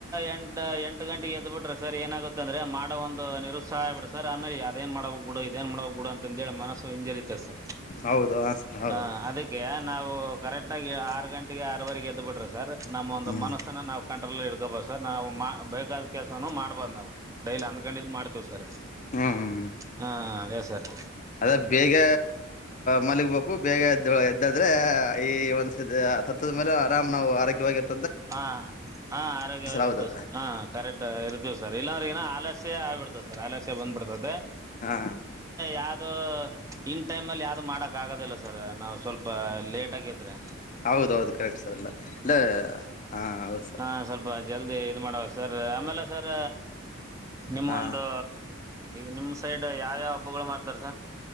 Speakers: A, on the right; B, on the left.
A: ಎಂಟ ಎಂಟು ಗಂಟೆಗೆ ಎದ್ಬಿಟ್ರೆ ಸರ್ ಏನಾಗುತ್ತೆಂದ್ರೆ ಮಾಡೋ ಒಂದು ನಿರುತ್ಸಾಹ ಆಗಿಬಿಡ ಸರ್ ಆಮೇಲೆ ಅದಏನು ಮಾಡಬಕ್ ಬುಡು ಇದೇನು ಮಾಡ್ಬಕ್ ಅಂತ ಒಂದ್ವೇಳೆ ಮನಸ್ಸು ಇಂಜರಿ <unintelligible>
B: ಹೌದು ಸರ್ ಹೌದು
A: ಹಾ ಅದಿಕ್ಕೆ ನಾವು ಕರೆಕ್ಟ್ ಆಗಿ ಆರು ಗಂಟೆಗೆ ಆರವರೆಗೆ ಎದ್ ಬಿಟ್ರಿ ಸರ್ ನಮ್ಮ ಒಂದು
B: ಹ್ಮ್
A: ಮನಸ್ಸನ ನಾವು ಕಂಟ್ರೋಲ್ ಹಿಡ್ಕೋಬೋದು ಸರ್ ನಾವು ಮ ಬೇಕಾದ ಕೆಲಸವನು ಮಾಡ್ಬಹದು ನಾವು ಡೈಲಿ ಅಂದ್ಕಂಡಿದ್ದು ಮಾಡ್ತೀವಿ ಸರ್
B: ಹ್ಮ್ ಹ್ಮ್
A: ಹಾ ಹಾ ಅದೇ ಸರ್
B: ಅದ ಬೇಗ ಮಲಗ್ಬೇಕು ಬೇಗ ಎದ್ದ ಎದ್ದಾದ್ರೆ ಈ ಒಂದಸದ ಮೇಲೆ ಆರಾಮ ನಾವು ಆರೋಗ್ಯವಾಗಿರ್
A: ಹಾ ಹಾ ಆರೋಗ್ಯವಾಗಿರ್ತಸ
B: ಹೌದು
A: ಹಾ ಕರೆಕ್ಟ್ ಇರ್ದಿ ಸರ್ ಇಲ್ಲಂದ್ರೆಗನ ಆಲಸ್ಯ ಆಗ್ಬಿಡ್ತದೆ ಸರ್ ಆಲಸ್ಯ ಬಂದಬಿಡ್ತದೆ.
B: ಹಾ
A: ಯಾವದು ಇನ್ ಟೈಮ್ ಅಲ್ಲಿ ಯಾವ್ದು ಮಾಡಕ್ ಆಗೋದಿಲ್ಲ ಸರ್ ನಾವ್ ಸ್ವಲ್ಪ ಲೇಟ್ ಆಗೆದ್ರೆ
B: ಹೌದೌದು ಕರೆಕ್ಟ್ ಸರ್ ಅಲ್ಲ ಇಲ್ಲ ಹ ಹೌದು ಸರ್
A: ಹಾ ಸ್ವಲ್ಪ ಜಲ್ದಿ ಇದು ಮಾಡುವಕ್ ಸರ್ ಆಮೇಲೆ ಸರ್ ನಿಮ್ಮೊಂದು
B: ಹಾ
A: ನಿಮ ಸೈಡ್ ಯಾವ್ಯಾವ ಹಬ್ಬಗಳು ಮಾಡ್ತಾರ ಸ